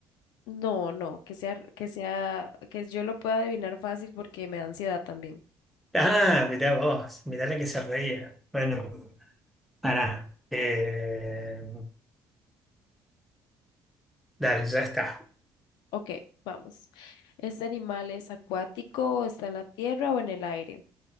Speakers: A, on the left; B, in the centre.
A: No, no, que sea, que sea, que yo lo pueda adivinar fácil porque me da ansiedad también.
B: Ah, mirá vos, mirá la que se reía. Bueno, pará. Eh, dale, ya está.
A: Ok, vamos. ¿Este animal es acuático, está en la tierra o en el aire?